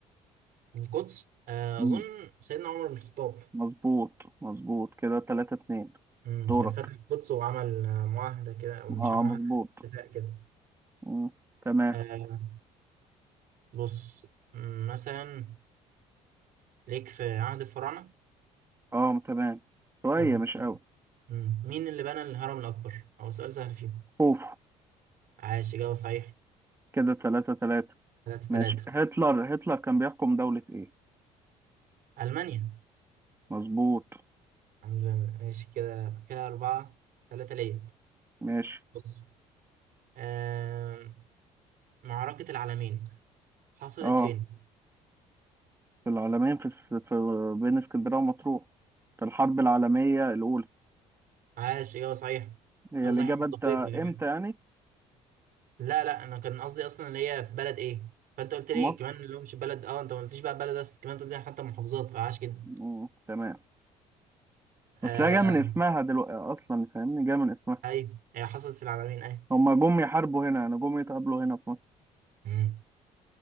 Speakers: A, on the right; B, on the right.
A: القدس آه،
B: مم،
A: أظن سيدنا عمر بن الخطاب
B: مظبوط مظبوط كده تلاتة اتنين
A: مم،
B: دورك
A: كان فتح القدس وعمل آه، معاهدة كده أو مش
B: اه
A: معاهدة
B: مظبوط
A: اتفاق كده
B: مم، تمام
A: آه، بص مم، مثلا ليك في عهد الفراعنة
B: اه تمام شوية
A: طب
B: مش
A: مين
B: قوي
A: مم، مين اللي بنى الهرم الأكبر؟ أو سؤال سهل فيهم
B: خوف
A: عاش إجابة صحيحة
B: كده تلاتة تلاتة
A: ثلاثة
B: ماشي
A: ثلاثة
B: هتلر هتلر كان بيحكم دولة ايه؟
A: ألمانيا
B: مظبوط
A: الحمد لله ماشي كده كده أربعة ثلاثة ليا
B: ماشي
A: بص آم، معركة العالمين حصلت
B: اه
A: فين؟
B: في العالمين في, في بين اسكندرية ومطروح في الحرب العالمية الأولى
A: عاش ايوه صحيح
B: هي
A: ايوه
B: الإجابة
A: صحيح بالدقيق
B: أنت
A: يا جماعة
B: إمتى يعني
A: لا لا انا كان قصدي اصلا اللي هي في بلد ايه؟ فانت قلت لي
B: في مصر
A: كمان اللي هو مش بلد اه انت ما قلتليش بقى بلد بس كمان قلت لي حتى محافظات فعاش جدا
B: مم. تمام
A: آه
B: بس لا جاية من اسمها دلوقتي أصلا فاهمني جاية من اسمها
A: ايوه هي حصلت في العالمين ايوه
B: هما جم يحاربوا هنا يعني جم يتقابلوا هنا في مصر
A: مم.